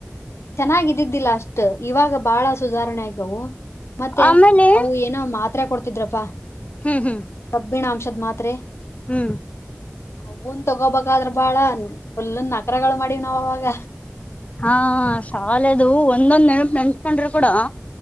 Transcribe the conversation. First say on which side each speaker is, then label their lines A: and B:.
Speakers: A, on the left; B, on the left.
A: ಚೆನ್ನಾಗಿದ್ದಿದ್ದಿಲ್ಲ ಅಷ್ಟ ಇವಾಗ ಬಾಳ ಸುಧಾರಣೆ ಆಗ್ಯವು <inaudible> ಮತ್ತೆ
B: ಆಮೇಲೆ
A: ಅವು ನ ಮಾತ್ತ್ರ ಕೊಡ್ತಿದ್ರಪ್ಪಾ
B: ಹ್ಮ್ ಹ್ಮ್
A: ಕಬ್ಬಿಣಾಂಶದ ಮಾತ್ರೆ.
B: ಹ್ಮ್
A: ಅವುನ್ ತಗೋಬಕಾದ್ರ ಬಾಳ ಫುಲ್ ನಕ್ರಗಳು ಮಾಡಿವ್ ನಾವ ಅವಾಗ.
B: ಹಾ ಶಾಲೆದು ಒಂದೊಂದ್ ನೆನ್ಪ್ ನೆನ್ಸ್ಕೊಂಡ್ರು ಕೂಡ.